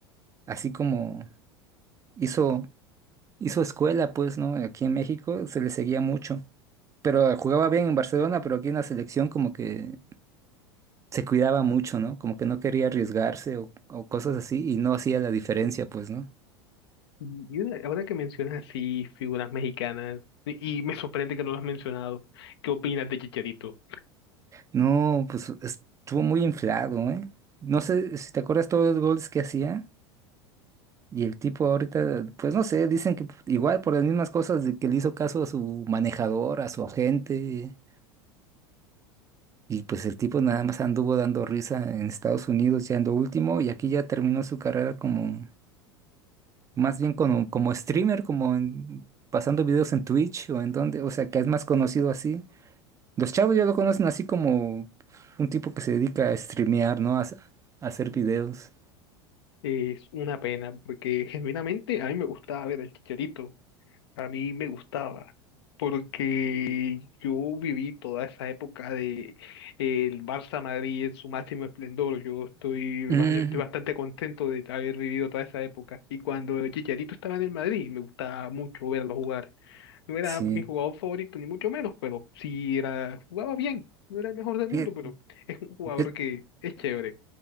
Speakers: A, on the right; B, on the left.
A: así como hizo, hizo escuela, pues, ¿no? Aquí en México se le seguía mucho. Pero jugaba bien en Barcelona, pero aquí en la selección como que se cuidaba mucho, ¿no? Como que no quería arriesgarse o, o cosas así y no hacía la diferencia, pues, ¿no?
B: Y una- ahora que mencionas así figuras mexicanas, y, y me sorprende que no lo has mencionado, ¿qué opinas de Chicharito?
A: No, pues estuvo muy inflado, ¿eh? No sé si te acuerdas todos los goles que hacía. Y el tipo ahorita, pues no sé, dicen que igual por las mismas cosas de que le hizo caso a su manejador, a su agente, y pues el tipo nada más anduvo dando risa en Estados Unidos ya en lo último, y aquí ya terminó su carrera como, más bien como, como streamer, como en- pasando videos en Twitch o en donde, o sea, que es más conocido así. Los chavos ya lo conocen así como un tipo que se dedica a streamear, ¿no? A, s- a hacer videos.
B: Es una pena porque genuinamente a mí me gustaba ver al Chicharito. A mí me gustaba, porque yo viví toda esa época de el Barça Madrid en su máximo esplendor. Yo estoy,
A: Mm,
B: ba- yo estoy bastante contento de haber vivido toda esa época. Y cuando Chicharito estaba en el Madrid, me gustaba mucho verlo jugar. No era
A: sí.
B: mi jugador favorito, ni mucho menos, pero sí era, jugaba bien. No era el mejor del
A: Fíjate,
B: mundo, pero es un jugador
A: Yo
B: que es chévere.